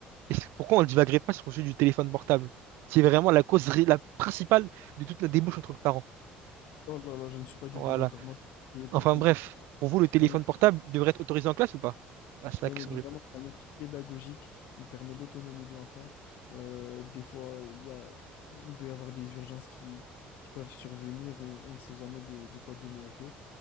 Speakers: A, on the right; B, on the left.
A: et c'est pourquoi on ne divaguerait pas sur le sujet du téléphone portable, qui est vraiment la cause ré- la principale de toute la débouche entre parents.
B: Oh là là, je ne suis pas du
A: Voilà.
B: tout d'accord. Moi, je trouve que le téléphone
A: Enfin bref,
B: portable,
A: pour vous, le téléphone
B: c'est un outil-
A: portable devrait être autorisé en classe ou pas? Ah, c'est la
B: bien
A: question
B: évidemment,
A: que j'ai-
B: c'est un outil pédagogique. Il permet l'autonomie de l'enfant. Euh, des fois, il y a, il peut y avoir des urgences qui, qui peuvent survenir. On, on ne sait jamais de, de quoi demain est fait.